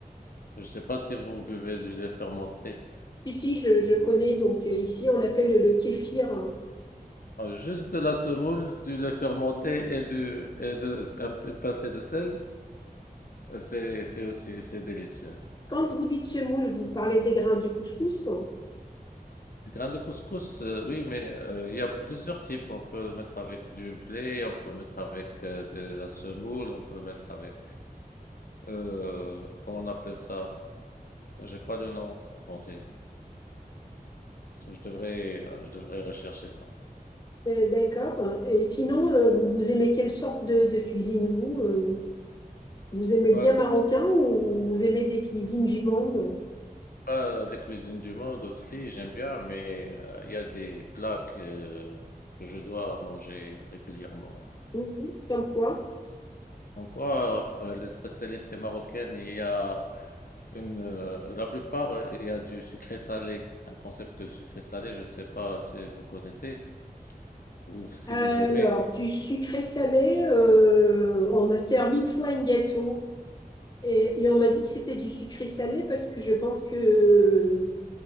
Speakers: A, on the left; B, on the left.
A: Je ne sais pas si vous buvez du lait fermenté.
B: Ici, je, je connais, donc euh, ici, on l'appelle le kéfir.
A: Ah, Juste de la semoule, du lait fermenté et, du, et de, un- une pincée de sel, c'est c'est aussi c'est délicieux.
B: Quand vous dites semoule, vous parlez des grains du couscous?
A: Du grain de couscous, euh, oui, mais euh, il y a plusieurs types. On peut le mettre avec du blé, on peut mettre avec euh, de la semoule, on peut mettre avec... euh, comment on appelle ça? J'ai pas le nom en français. Je devrais, euh, je devrais rechercher ça.
B: Euh, D'accord. Et sinon, euh, vous, vous aimez quelle sorte de, de cuisine, vous? euh Vous aimez
A: Ouais,
B: bien marocain
A: c'est
B: ou vous aimez des cuisines du monde?
A: pas les cuisines du monde aussi, j'aime bien, mais euh, il y a des plats que, que je dois manger régulièrement.
B: Mhm. Comme quoi?
A: En quoi euh, les spécialités marocaines, il y a une, euh, la plupart, euh, il y a du sucré-salé, un concept de sucré-salé, je ne sais pas si vous connaissez ou si
B: Alors,
A: vous aimez.
B: du sucré salé, euh, on m'a servi une fois un gâteau et, et on m'a dit que c'était du sucré salé parce que je pense que, euh,